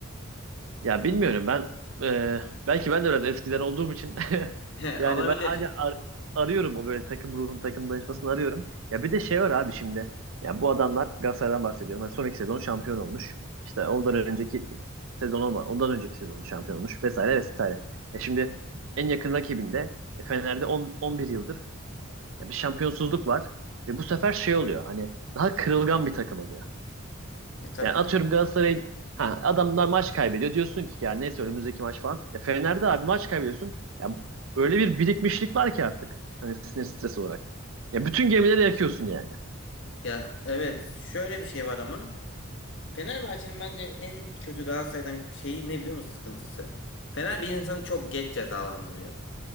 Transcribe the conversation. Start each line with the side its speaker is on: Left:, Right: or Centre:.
Right: Ya bilmiyorum ben e, belki ben de biraz eskiden olduğum için <laughs>
Left: He,
Right: yani
Left: olabilir.
Right: ben hala ar- arıyorum o böyle takım ruhun takım danışmasını arıyorum. Ya bir de şey var abi şimdi ya bu adamlar Galatasaray'dan bahsediyorum. Hani son iki sezon şampiyon olmuş. İşte ondan önceki sezon olma ondan önceki sezon şampiyon olmuş vesaire vesaire. Ya şimdi en yakın rakibinde e, Fener'de 10, 11 yıldır ya bir şampiyonsuzluk var ve bu sefer şey oluyor hani daha kırılgan bir takım oluyor.
Left: E, tabii
Right: Yani atıyorum
Left: tabii.
Right: Galatasaray ha, adamlar maç kaybediyor. Diyorsun ki ya neyse önümüzdeki maç falan. Ya Fener'de abi maç kaybediyorsun. Ya öyle bir birikmişlik var ki artık. Hani sinir stresi olarak. Ya bütün gemileri yakıyorsun yani.
Left: Ya evet şöyle bir şey var ama Fenerbahçe'nin bence en kötü Galatasaray'dan şeyi ne biliyor musun sıkıntısı? Fener bir insanı çok geç cezalandırıyor.